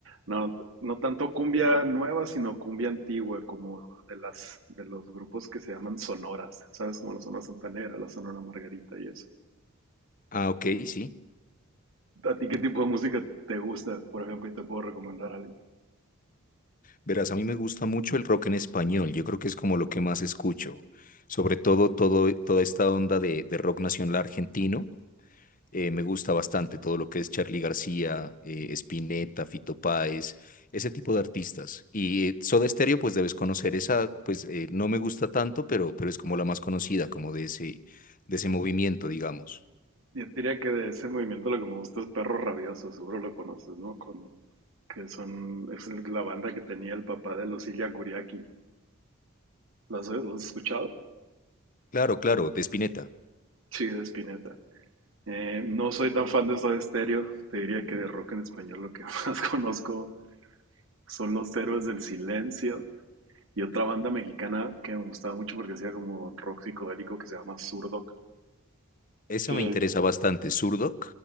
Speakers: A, on the right; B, on the left.
A: no, no tanto cumbia nueva, sino cumbia antigua, como de las, de los grupos que se llaman sonoras, ¿sabes? Como la Sonora Santanera, la Sonora Margarita y eso.
B: Ah, ok, sí.
A: ¿A ti qué tipo de música te gusta, por ejemplo, y te puedo recomendar algo?
B: Verás, a mí me gusta mucho el rock en español, yo creo que es como lo que más escucho, sobre todo, todo toda esta onda de, de rock nacional argentino. Eh, me gusta bastante todo lo que es Charly García, eh, Spinetta, Fito Páez, ese tipo de artistas. Y eh, Soda Stereo, pues debes conocer esa, pues eh, no me gusta tanto, pero, pero es como la más conocida, como de ese, de ese movimiento, digamos.
A: Yo diría que de ese movimiento lo que me gusta es Perro Rabioso, seguro lo conoces, ¿no? Con, que son, es la banda que tenía el papá de Lucilia Curiaki. ¿Lo has, lo has escuchado?
B: Claro, claro, de Spinetta.
A: Sí, de Spinetta. Eh, no soy tan fan de Soda Stereo. Te diría que de rock en español lo que más <laughs> conozco son Los Héroes del Silencio y otra banda mexicana que me gustaba mucho porque hacía como rock psicodélico que se llama Surdoc.
B: Esa
A: Que
B: me interesa bastante. Zurdok,